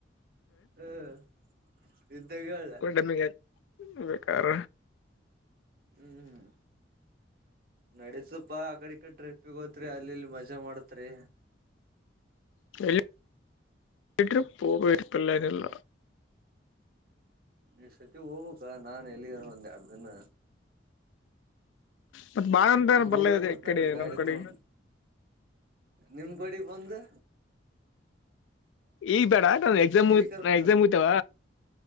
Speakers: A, on the right; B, on the left.
A: ಹ್ಮ್ ಇದ್ದಾಗ ಹೇಳ
B: ಕುಡಿಯ ಟೈಮಿಗೆ ಬೇಕಾರ
A: ಹ್ಮ್ ನಡತಪಾ ಆಕಡೆ ಕಡೆ ಟ್ರಿಪ್ಪಿಗ ಹೋತ್ರಿ ಅಲ್ಲಿ ಇಲ್ಲಿ ಮಜಾ ಮಾಡತ್ರಿ
B: <unintelligible> ಟ ಪಬವಿಪಲ್ಲಲ್ಲ
A: ಈ್ ಸತಿ ಹೋಗ್ಕ್ಕಾ ನಾನ್ ಎಲ್ಲಿಿದಾರ ಒಂದ್ ಎರಡ್ ದಿನ
B: ಮತ್ತ ಬಾಳ ಅಂತ
A: ಒಬ್ಬ
B: ಬಲ್ಲ
A: ಹೋಗ್ಬಿಡ್ತನ
B: ಇದೆ ಈ ಕಡೆ
A: ಅಕಡೆ ಗಾಡಿ
B: ನಮ್ ಕಡೆ
A: ತಗೊಂಡ್ ನಿಮ್ ಕಡಿ ಬಂದು
B: ಈಗ್ ಬೇಡ ನಾ ಎಕ್ಸಾಮ್
A: ಎಲ್ಲಿ ಕರ್ಕೊಂಡ
B: ನಾ ಎಕ್ಸಾಮ್
A: ಹೋಗಿ
B: ಹತಾವ